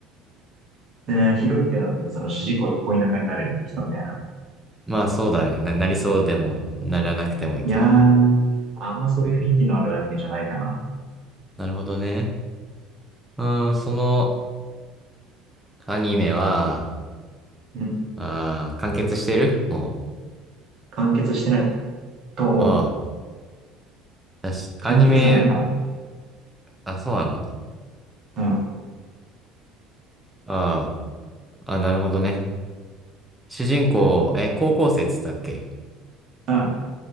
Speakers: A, on the right (about 40°); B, in the centre.
A: ねえーヒロインっていうのは、その主人公と恋仲になる人みたいな。
B: まあそうだね。な、なりそうでも、ならなくてもいいけど。
A: いやー、あんまそういう雰囲気のあるアニメじゃないかな。
B: なるほどね。うーん、そのアニメは、
A: うん。
B: あー、完結してるも
A: 完結してないと思う。
B: う。ああ。だし、
A: 完結がないかな。
B: アニメ、あ、そうなの
A: うん。
B: ああ。あ、なるほどね。主人公、え、高校生っつったっけ
A: うん。